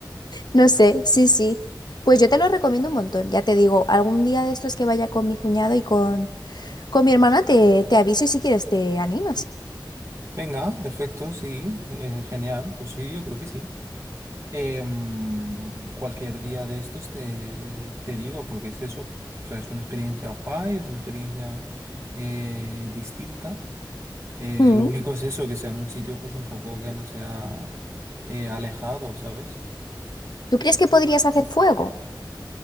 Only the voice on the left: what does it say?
No sé, sí, sí. Pues yo te lo recomiendo un montón, ya te digo, algún día de estos que vaya con mi cuñado y con, con mi hermana te, te aviso y si quieres te animas.
Mm.
¿Tú crees que podrías hacer fuego?